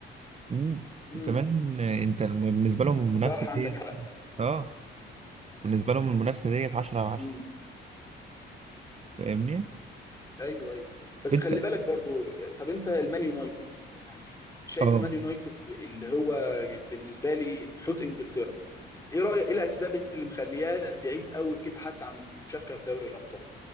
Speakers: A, on the right; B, on the left.
A: مم.
B: امم
A: وكمان انت الم- بالنسبه لهم المنافسه
B: صح عندك
A: ديت
B: حق
A: اه بالنسبه لهم المنافسه ديت 10 على 10
B: امم
A: فاهمني
B: ايوه ايوه بس
A: انت
B: خلي بالك برضو طب انت المان يونايتد يعني شايف
A: اه
B: المان يونايتد اللي هو بالنسبه لي حوت انجلترا ايه رايك ايه الاسباب اللي مخلياه بعيد قوي كده حتى عن المشاركه في دوري الابطال